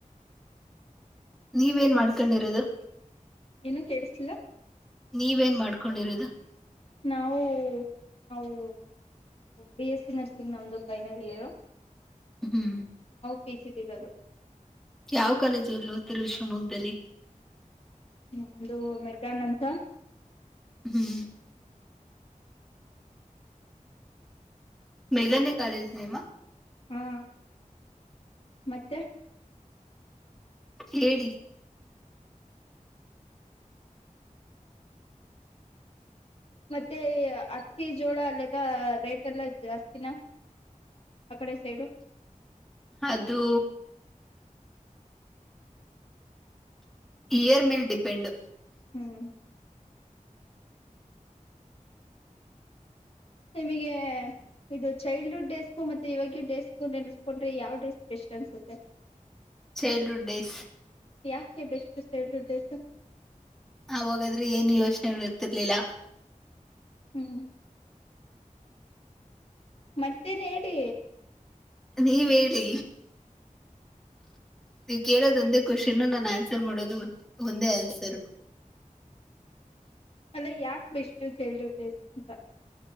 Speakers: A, in the centre; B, on the left.
A: ನೀವೇನ್ ಮಾಡ್ಕೊಂಡಿರೋದು
B: ಏನು ಕೇಡುಸ್ಲಿಲ್ಲ
A: ನೀವೇನ್ ಮಾಡ್ಕೊಂಡಿರೋದು
B: ನಾವು ನಾವು ಬಿ ಎಸ್ಸಿ ನರ್ಸಿಂಗ್ ನಮ್ದ ಫೈನಲ್ ಇಯರು
A: ಹ್ಮ್
B: ಪಿ ಜಿ ದಿರೋದು
A: ಯಾವ್ ಕಾಲೇಜ್ಅಲ್ ಓಡ್ತಿರೋದ್ ಶಿವ್ಮೊಗ್ ಬಲಿ
B: ನಮ್ದು ಮೆಕನ್ ಅಂತ
A: ಹ್ಮ್ ಬೇಗನೆ ಕಾಲೇಜ ನಿಮ್ಮ
B: ಹಾ ಮತ್ತೆ
A: ಹೇಳಿ
B: ಮತ್ತೆ ಅತ್ತಿ ಜೋಳ ಅಲ್ಲೆಲ್ಲಾ ರೇಟ್ ಎಲ್ಲ ಜಾಸ್ತಿನ ಆಕಡೆ ಸೈಡು
A: ಅದು ಇಯರ್ ಮೆಲ್ ಡಿಪೆಂಡ್
B: ಹ್ಮ್ ನಿಮಗೆ ಇದು ಚೈಲ್ಡ್ಹುಡ್ ಡೇಸ್ಕೂ ಮತ್ತೆ ಇವವಾಗಿ ಡೇಸ್ಕು ನೆನೆಸ್ಕೊಂಡ್ರೆ ಯಾವ ಡೇ ಸ್ಪೆಷಲ್ ಅನ್ಸುತ್ತೆ
A: ಚೈಲ್ಡ್ಹುಡ್ ಡೇಸ್
B: ಯಾಕೆ ಬೆಷ್ಟು ಚೈಲ್ಡ್ಹುಡ್ ಡೇಸು
A: ಆವಾಗಾದ್ರೆ ಏನು ಯೋಚನೆಗಳ್ ಇರ್ತಿರ್ಲಿಲ್ಲ
B: ಹ್ಮ್ ಮತ್ತೇನ್ ಹೇಳಿ
A: ನೀವ್ ಹೇಳಿ ನೀವ್ ಕೇಳೋದ್ ಒಂದೇ ಕ್ವಶನ್ನು ನಾನ್ ಆನ್ಸರ್ ಮಾಡೋದು ಒಂದೇ ಆನ್ಸರು
B: ಅಂದ್ರೆ ಯಾಕೆ ಬೆಷ್ಟು ಚೈಲ್ಡ್ಹುಡ್ ಡೇಸ್ ಅಂತ